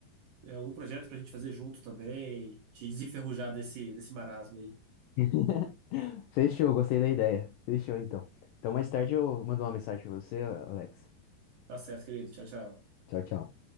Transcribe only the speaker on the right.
é, algum projeto pra gente fazer junto também, te desenferrujar desse, desse marasmo aí.
Tá certo, querido. Tchau, tchau.